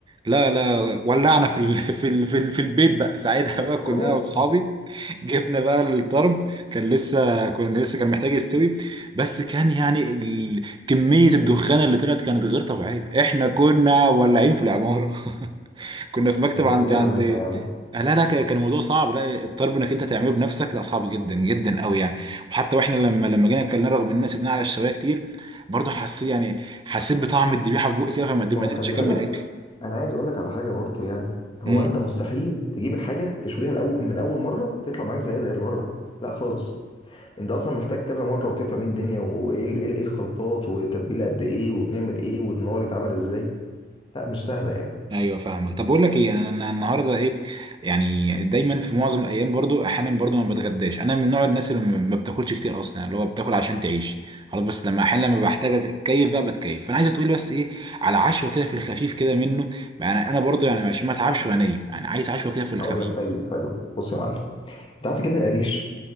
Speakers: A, on the right (about 25°); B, on the left (about 30°).
A: لا لا ولعنا في ال... <laughs> في ال... في, ال... في البيت بقى ساعتها بقى كنا
B: برضو
A: انا واصحابي جبنا بقى الطرب كان لسه كان لسه كان محتاج يستوي بس كان يعني ال... كمية الدخان اللي طلعت كانت غير طبيعية احنا كنا ولعين في العمارة <laughs> كنا في مكتب
B: ده-
A: عند
B: ايه
A: عند
B: يا عم ده يا عم
A: آه، لا لا كان الموضوع صعب لا الطرب انك انت تعمله بنفسك لا صعب جدا جدا قوي يعني وحتى واحنا لما لما جينا اكلناه رغم اننا سبناه على الشوايه كتير برضه حسيت يعني حسيت بطعم الذبيحه في بوقي كده فما
B: ما
A: ما
B: هو
A: قدرتش
B: خلي
A: اكمل
B: بالك
A: اكل
B: انا عايز اقول لك على حاجه برضو يعني هو
A: امم
B: انت مستحيل تجيب الحاجه تشويها الأول من اول مره تطلع معاك زيها زي اللي بره لا خالص انت اصلا محتاج كذا مره وتفهم ايه الدنيا وايه ال- ايه ال- إيه الخلطات وتتبيله قد ايه وبنعمل ايه والنار يتعمل ازاي لا مش سهله يعني
A: ايوه فاهمك طب بقول لك ايه انا أنا النهارده ايه يعني دايما في معظم الايام برضو احيانا برضو ما بتغداش انا من نوع الناس اللي ما ما بتاكلش كتير اصلا يعني اللي هو بتاكل عشان تعيش خلاص بس لما احيانا لما بحتاج اتكيف بقى بتكيف فانا عايزه تقولي بس ايه على عشوه كده في الخفيف كده منه يعني انا برضو يعني عشان ما اتعبش وانا نايم يعني عايز عشوه كده في الخفيف
B: هقول لك طيب حلو بص يا معلم انت عارف كده القريش